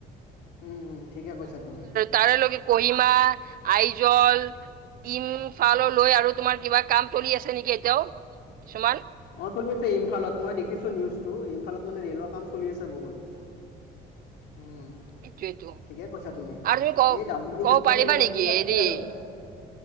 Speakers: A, on the left; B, on the right.
A: উম, ঠিকে কৈছা তুমি।
B: তাৰে লগি কহিমা আইজল ইম। ফালৰ লৈ আৰু তোমাৰ কিবা কাম চলি আছে নেকি এতিয়াও কিছুমান।
A: অ' চলি আছে ইমফালত। মই দেখিছো নিউজটো। ইমফালত মানে ৰেলৰ কাম চলি আছে বহুত। উম,
B: এইটো এইটো
A: ঠিকে কৈছা তুমি।
B: আৰু ক
A: এই দাৰ্জিলিং
B: ক'ব
A: ইফালে
B: পাৰিবা
A: এইবিলাকে
B: নেকি
A: আছে
B: হেৰি
A: আৰু।